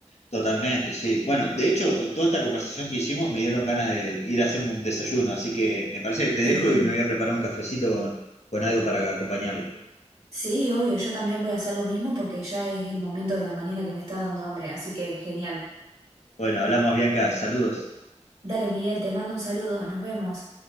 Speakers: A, on the left (about 70°); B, on the right (about 60°).
A: Totalmente, sí. Bueno, de hecho, toda esta conversación que hicimos me dieron ganas de ir a hacerme un desayuno, así que me parece que te dejo
B: Sí.
A: y me voy a preparar un cafecito con, con algo para acompañarlo.
B: Sí, obvio, yo también voy a hacer lo mismo porque ya es el momento de la mañana que me está dando hambre, así que genial.
A: Bueno, hablamos, Bianca, saludos.
B: Dale, Miguel, te mando un saludo, nos vemos.